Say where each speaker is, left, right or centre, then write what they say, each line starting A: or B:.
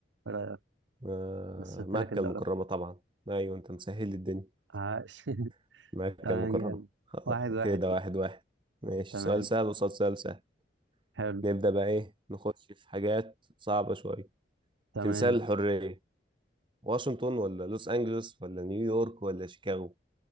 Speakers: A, on the right; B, on the right.
A: إيه رأيك؟
B: آه،
A: مثلت
B: مكة
A: لك الدولة
B: المكرمة طبعا ايوه انت مسهل لي الدنيا
A: عاش <laughs>
B: <laughs> مكة
A: تمام
B: المكرمة
A: جامد
B: آه،
A: واحد واحد
B: كده
A: كده
B: واحد واحد ماشي
A: تمام
B: سؤال سهل وصوت سؤال سهل
A: حلو
B: نبدأ بقى ايه نخش في حاجات صعبة شوية
A: تمام
B: تمثال الحرية واشنطن ولا لوس أنجلوس ولا نيويورك ولا شيكاغو